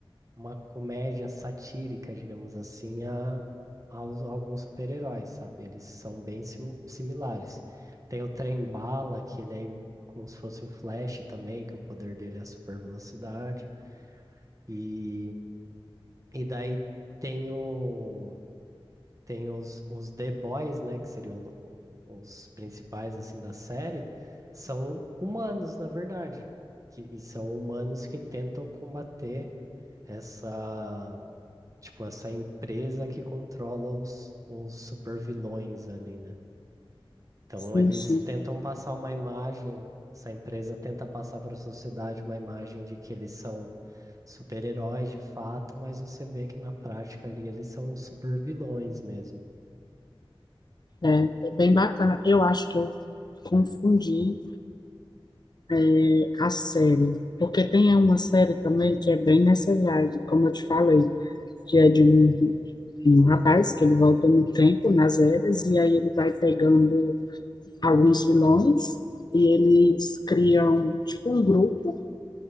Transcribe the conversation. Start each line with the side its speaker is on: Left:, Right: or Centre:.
Right: uma comédia satírica, digamos assim, a, aos- a alguns super-heróis, sabe? Eles são bem simu- similares. Tem o Trem-Bala, que ele é i- como se fosse o Flash também, que o poder dele é a super velocidade. E, e daí tem, o, tem os, os The Boys, né? Que seriam o- os principais, assim, da série. São humanos, na verdade. Que, e são humanos que tentam combater essa tipo, essa empresa que controla os, os supervilões ali, né? Então
Left: Sim,
Right: eles
Left: sim.
Right: tentam passar uma imagem, essa empresa tenta passar para a sociedade uma imagem de que eles são super-heróis de fato, mas você vê que na prática ali eles são supervilões mesmo.
Left: É, é bem bacana. Eu acho que eu confundi, é, a série, porque tem uma série também que é bem nessa vibe, como eu te falei, que é de um, um rapaz que ele volta no tempo, nas eras, e aí ele vai pegando alguns vilões e eles criam tipo um grupo